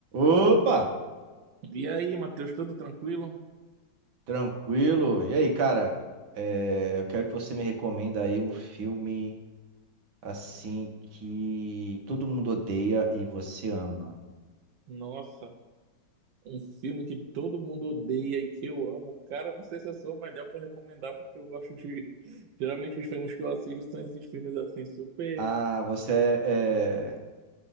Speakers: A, on the right; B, on the right.
A: Opa,
B: E aí, Matheus, tudo tranquilo?
A: tranquilo. E aí, cara? É, eu quero que você me recomenda aí um filme assim que todo mundo odeia e você ama.
B: Nossa, um filme que todo mundo odeia e que eu amo. Cara, não sei se eu sou o melhor pra recomendar, porque eu gosto de. <laughs> Geralmente os filmes que eu assisto são esses filmes assim, super
A: Ah, você é, é,